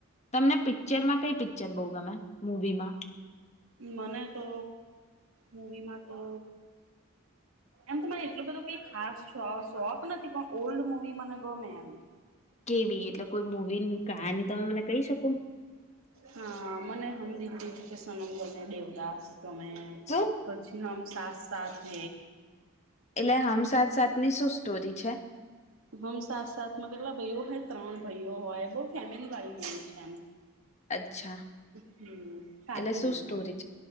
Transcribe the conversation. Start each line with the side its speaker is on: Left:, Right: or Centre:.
Left: તમને પિક્ચરમાં ક પિક્ચર બહ ગમે મૂવીમાં
Right: મને તો મવીમાં તો એમ તો મને એટલો બધો કઈ ખાસ શોખ નથી પણ ઓલ્ડ મવી મને ગમે એમ
Left: કેવી એટલે કોઈ મવીની કહાની તમે મને કહી શકો
Right: હા મને હમ દીની તું કે સનમ ગમે દેવદાસ તમે
Left: શું
Right: પછી આમ સાથ સાથ હ
Left: એટલે આમ સાથ સાથ ની શું સ્ટોરી છે
Right: હમ સાત સાથમાં કેટલા ભાઈઓ હોય ત્રણ ભાઈઓ હોય બહ ફેમિલી વાળી ભાઈણી છે એમ
Left: અચ્છા
Right: હમ સાર
Left: એટલે
Right: એવ
Left: શું સ્ટોરી
Right: છે